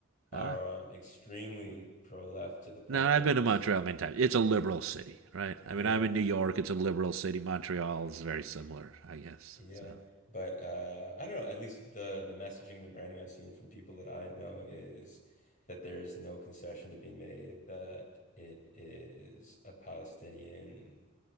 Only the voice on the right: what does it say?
Ah.
No, I've
been
to Montreal many times. It's a liberal city, right?
I mean, I'm in New York. It's a liberal city. Montreal is very similar, I guess.
So,